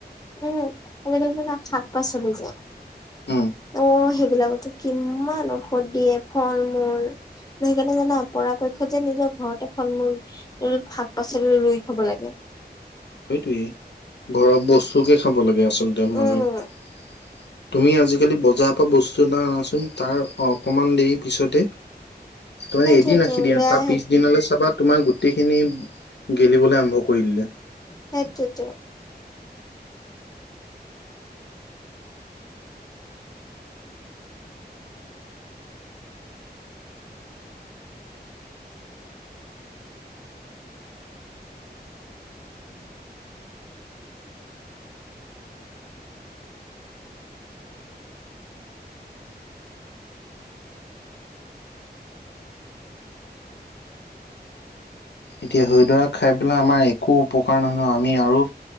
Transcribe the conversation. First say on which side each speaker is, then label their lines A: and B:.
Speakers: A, on the left (about 20°); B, on the left (about 85°).
A: উম <unintelligible> শাক পাচলি যে
B: উম
A: অ' সেইবিলাকতো কিম্মান ঔষধ দিয়ে ফল মূল। সেইকাণে জানা পৰাপক্ষত যে নিজৰ ঘৰতে ফল মূল এই শাক পাচলি ৰুই খাব লাগে।
B: সেইটোয়ে ঘৰৰ বস্তুকে খাব লাগে আচলতে মানুহে।
A: উম
B: তুমি আজিকালি বজাৰৰ পৰা বস্তু এটা অনাচোন তাৰ অকনমান দেৰি পিছতে তুমি
A: সেইটোয়েতো
B: এদিন ৰাখি দিয়া
A: বেয়া
B: তাৰ পিছদিনলৈ চাবা তোমাৰ গোটেইখিনি গেলিবলৈ আৰম্ভ কৰি দিলে।
A: সেটোৱেটো।
B: এতিয়া ধৰিলোৱা খাই পেলাই আমাৰ একো উপকাৰ নহয় ন আমি আৰু